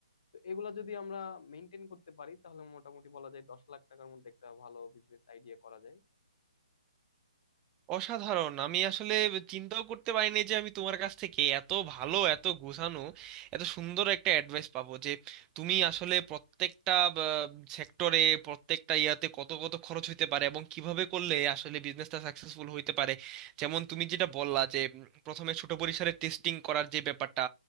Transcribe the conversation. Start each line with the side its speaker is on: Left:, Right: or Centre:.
Left: তো এগুলা যদি আমরা মেনটেন করতে পারি তাহলে মোটামুটি বলা যায় দশ লাখ টাকার মধ্যে একটা ভালো বিজনেস আইডিয়া করা যায়
Right: অসাধারণ আমি আসলে চিন্তাও করতে পারিনি যে আমি তোমার কাছ থেকে এত ভালো এত গুছানো এত সুন্দর একটা অ্যাডভাইস পাবো যে তুমি আসলে প্রত্যেকটা সেক্টরে প্রত্যেকটা ইয়াতে কত কত খরচ হইতে পারে এবং কিভাবে করলে আসলে বিজনেসটা সাকসেসফুল হইতে পারে যেমন তুমি যেটা বললা যে উম, প্রথমে ছোট পরিসরে টেস্টিং করার যে ব্যাপারটা